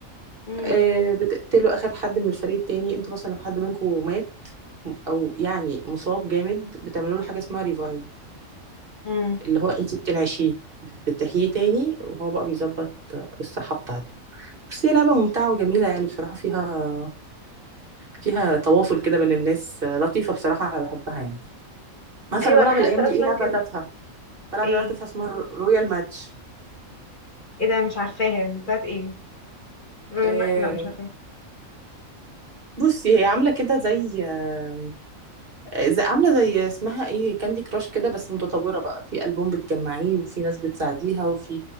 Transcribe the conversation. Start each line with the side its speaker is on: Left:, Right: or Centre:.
Left: امم
Right: آه بتقتلوا اخر حد من الفريق التاني انتوا مثلا لو حد منكم مات او يعني مصاب جامد بتعملوا له حاجه اسمها ريفايف
Left: امم
Right: اللي هو انتي بتنعشيه بت- بتحييه تاني وهو بقى بيظبط الصحه بتاعته بس هي لعبه ممتعه وجميله يعني بصراحه فيها فيها تواصل كده بين الناس آه، لطيفة بصراحة أنا بحبها يعني عارفة
Left: ايوه
Right: أنا بلعب
Left: انا حاسه
Right: الأيام دي
Left: اصلا
Right: إيه لعبة
Left: كده
Right: تافهة بلعب
Left: ايه
Right: لعبة تافهة اسمها رو- رويال ماتش
Left: ايه ده مش عارفاها دي بتاعت ايه رويال
Right: آه،
Left: ما... لا مش عارفاها
Right: بصي هي عاملة كده زي آه، زي عاملة زي اسمها إيه كاندي كراش كده بس متطورة بقى في ألبوم بتجمعيه وفي ناس بتساعديها وفي